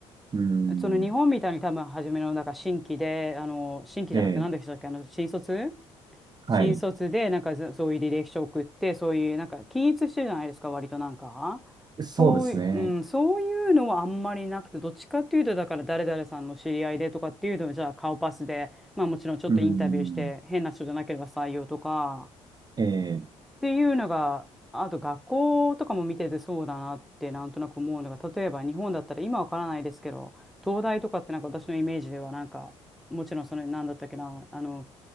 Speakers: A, on the right; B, in the centre.
A: うーん。
B: その日本みたいに多分初めのなんか新規で、あの新規じゃなくて何でしたっけ、
A: ええ。
B: あの新卒
A: はい。
B: 新卒で、なんかそそういう履歴書送って、そういう、なんか均一してるじゃないですか、割となんか。
A: そうですね。
B: そういう、うん、そういうのはあんまりなくて、どっちかっていうと、だから誰々さんの知り合いでとかっていうのはじゃあ顔パスで、まあもちろんちょっとインタビューして、
A: うーん。
B: 変な人じゃなければ採用とか、
A: ええ。
B: っていうのが、あと学校とかも見ててそうだなってなんとなく思うのが、例えば日本だったら今わからないですけど、東大とかってなんか私のイメージではなんか、もちろんその、なんだったっけな、あの、